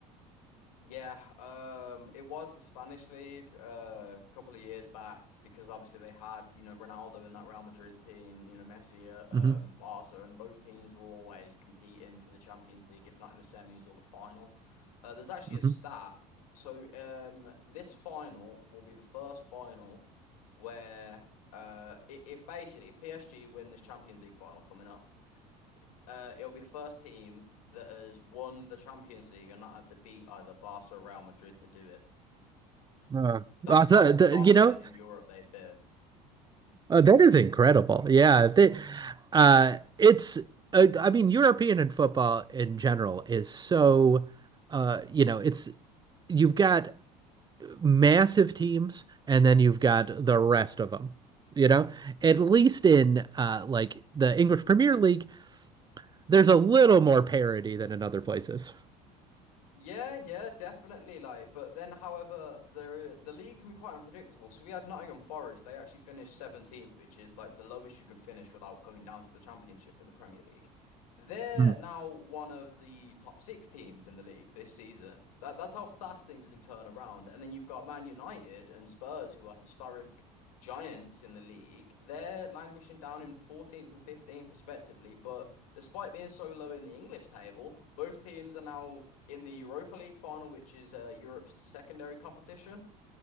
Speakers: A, on the left (about 80°); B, on the right (about 20°).
A: Yeah, um, it was the Spanish league uh, a couple of years back because obviously they had, you know, Ronaldo in that Real Madrid team, you know, Messi at um,
B: hmm
A: Barca, and both teams were always competing for the Champions League, if not in the semis or the final. Uh, there's actually
B: hmm
A: a stat. So um, this final will be the first final where uh, i- if basically if PSG win this Champions League final coming up uh, it'll be the first team that has won the Champions League and not had to beat either Barca or Real Madrid to do it.
B: Uh,
A: That's
B: also,
A: how
B: the-
A: dominant
B: you know,
A: in Europe they've been.
B: uh, that is incredible. Yeah, they, uh, it's. Uh, I mean, European and football in general is so. Uh, you know, it's you've got massive teams, and then you've got the rest of them. You know, at least in uh, like the English Premier League, there's a little more parity than in other places.
A: Yeah, yeah, definitely. Like, but then, however, the the league can be quite unpredictable. So we had Nottingham Forest. They actually finished 17th, which is like the lowest you can finish without coming down to the championship in the Premier League. They're
B: Mm.
A: now one of the top six teams in the league this season. That that's how fast things can turn around. And then you've got Man United and Spurs, who are historic giants in the league. They're languishing down in 14th and 15th respectively. But despite being so low in the English table, both teams are now in the Europa League final, which is uh, Europe's secondary competition.